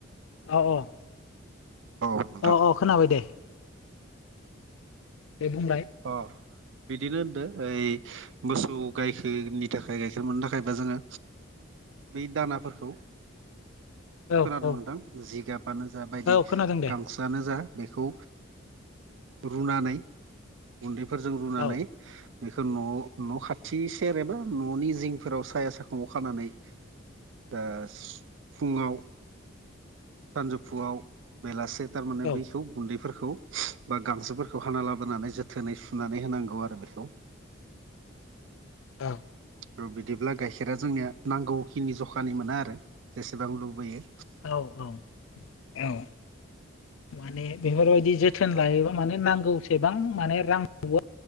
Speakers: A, on the left; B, on the right.
A: औ औ।
B: नोंथां
A: अ अ खोनाबाय दे दे बुंनाय
B: अ बिदिनो होनदों ओ मोसौ गायखेरनि थाखाय गाइखेर मोननो थाखायबो जोङो बै दानाफोरखौ
A: औ
B: खोनादोंं
A: औ
B: नोंथां जिगाबानो जा बायदि
A: औ खोनादों दे
B: गांसोआनो जा बेखौ रुनानै गुन्दैफोरजों रुनानै
A: औ
B: बेखौ न' न' खाथि सेर एबा न'नि जिंफोराव साया साखुम खानानै दा फुङाव सानजौफुंआव बेलासे थारमाने
A: औ
B: बैखौ गुन्दैफोरखौ बा गांसोफोरखौ हाना लाबोनानै जों थोनै सुनानै होनांगौ आरो बेखौ
A: औ
B: आरो बिदिब्ला गाइखेरा जोंनिया नांगौखिनि जखानि मोनो आरो जेसेबां लुबैयो
A: औ औ औ। माने बेफोरबायदि जोथोन लायोबा माने नांगौसेबां माने रांखौ